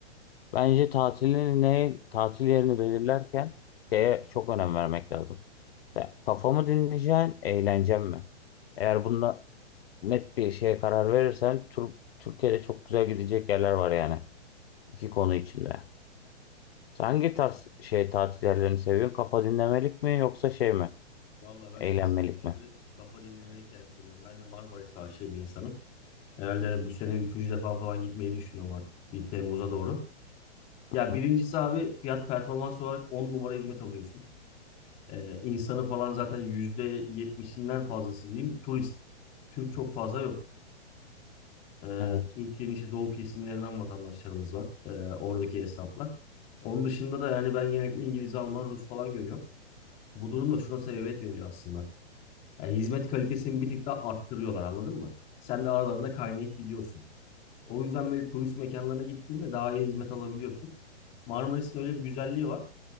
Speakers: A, on the left; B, on the left.
A: Bence tatilini ne, tatil yerini belirlerken şeye çok önem vermek lazım. Mesela kafamı dinleyeceğin, eğleneceğim mi? Eğer bunda net bir şeye karar verirsen Türk Türkiye'de çok güzel gidecek yerler var yani. İki konu içinde. Sen hangi tarz şey tatil yerlerini seviyorsun? Kafa dinlemelik mi yoksa şey mi?
B: Vallahi
A: Eğlenmelik
B: ben kesinlikle
A: mi?
B: abi kafa dinlemelik yer seviyorum. Ben de Marmaris aşığı bir insanım. Herhalde hani bu sene üçüncü defa falan gitmeyi düşünüyorum artık. Bir Temmuz'a doğru. Ya
A: Hı,
B: birincisi abi fiyat performans olarak 10 numara hizmet alıyorsun. Ee, insanı falan zaten yüzde yetmişinden fazlası diyeyim turist. Türk çok fazla yok. Ee,
A: Evet.
B: Türkiye'nin işte doğu kesimlerinden vatandaşlarımız var. Ee, oradaki esnaflar. Onun dışında da yani ben genellikle İngiliz, Alman, Rus falan görüyorum. Bu durum da şuna sebebiyet veriyor aslında. Yani hizmet kalitesini bir tık daha arttırıyorlar anladın mı? Sen de aralarında kaynayıp gidiyorsun. O yüzden böyle turist mekanlarına gittiğinde daha iyi hizmet alabiliyorsun. Marmaris'in öyle bir güzelliği var.